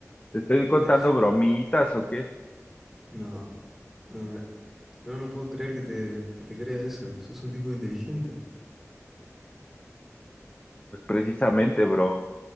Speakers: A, on the left; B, in the centre.
A: ¿Te estoy contando
B: <laughs>
A: bromitas o qué?
B: No, no, no, no puedo creer que te, que te creas eso. Sos un tipo inteligente.
A: Pues precisamente, bro.